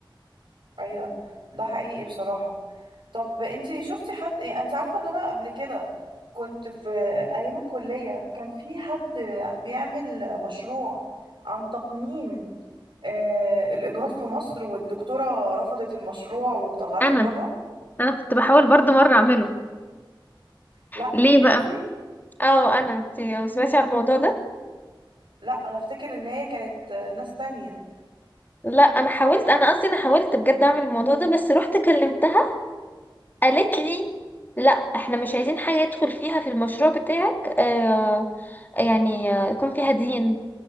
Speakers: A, on the right; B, on the left.
A: ايوه ده حقيقي بصراحة طب انت شفتي حد يعني انت عارفة ان انا قبل كده كنت في ايام الكلية كان في حد بيعمل مشروع عن تقنين آه، الإجهاض في مصر والدكتورة رفضت المشروع وطلعتهم
B: انا
A: بره
B: انا كنت بحاول برضو مره اعمله
A: لا
B: ليه بقى
A: انتي
B: اه انا انتي ما سمعتي عن الموضوع ده
A: لا انا افتكر ان هي كانت آه، ناس تانية
B: لا انا حاولت انا قصدي انا حاولت بجد اعمل الموضوع ده بس رحت كلمتها قالت لي لا احنا مش عايزين حاجة يدخل فيها في المشروع بتاعك آه يعني آه، يكون فيها دين